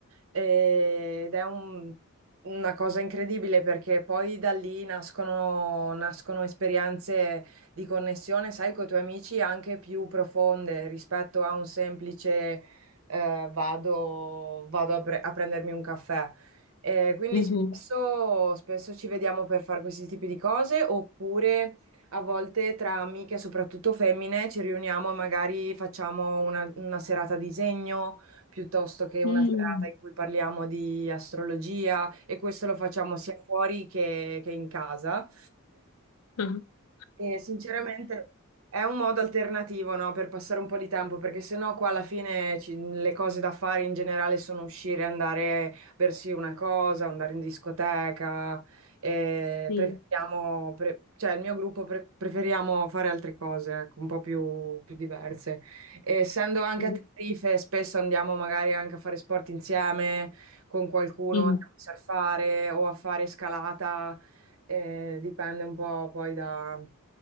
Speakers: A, on the right; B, on the left.
A: eh, ed è un- una cosa incredibile perché poi da lì nascono, nascono esperienze di connessione, sai, con i tuoi amici anche più profonde rispetto a un semplice eh, vado, vado a, pre- a prendermi un caffè. Eh, quindi
B: Mhm.
A: spesso, spesso ci vediamo per fare questi tipi di cose, oppure a volte tra amiche, soprattutto femmine, ci riuniamo e magari facciamo una, una serata a disegno piuttosto che
B: Mm.
A: una serata in cui parliamo di astrologia e questo lo facciamo sia fuori che, che in casa.
B: <laughs>
A: E sinceramente è un modo alternativo, no, per passare un po' di tempo, perché sennò qua alla fine ci- le cose da fare in generale sono uscire, andare a bersi una cosa, andare in discoteca, e
B: Sì,
A: preferiamo, pre- cioè il mio gruppo pre- preferiamo fare altre cose, ecco, un po' più, più diverse. E essendo anche
B: sì.
A: a Tenerife, spesso andiamo magari anche a fare sport insieme con qualcuno,
B: Mm.
A: andiamo a surfare o a fare scalata, eh, dipende un po' poi da